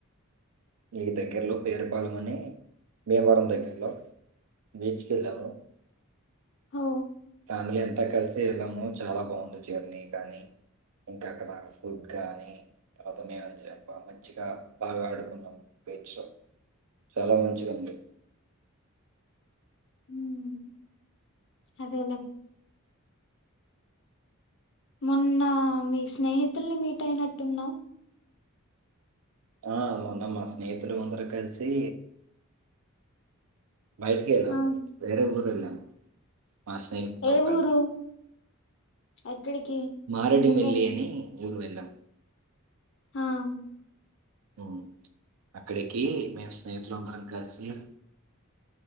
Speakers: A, on the right; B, on the left.
A: మీకు దగ్గరలో పేరుపాలెం అని భీమవరం దగ్గరలో బీచ్‌కు వెళ్లాము
B: ఓ
A: కానీ అది అంత కలిసి వెళ్ళాము చాలా బాగుంది జర్నీ కాని ఇంకా అక్కడ ఫుడ్ గాని తర్వాత మేము మంచిగా బాగా ఆడుకున్నాం బీచ్ లో చాలా మంచిదండి
B: ఉమ్, అదేలే మొన్న మీ స్నేహితుల్ని మీట్ అయినట్టు ఉన్నావ్
A: ఆ మొన్న మా స్నేహితులు అందరు కలిసి బయటికెళ్ళాం
B: ఆ,
A: వేరే ఊరెళ్ళాం మా స్నేహిత్ తో
B: ఏ
A: కలిసి
B: ఊరు ఎక్కడికి
A: మారేడుమిల్లి
B: ఎందుకు
A: అని ఊరు వెళ్లాం
B: హం
A: ఉమ్ అక్కడికి మేము స్నేహితులు అందరం కలిసి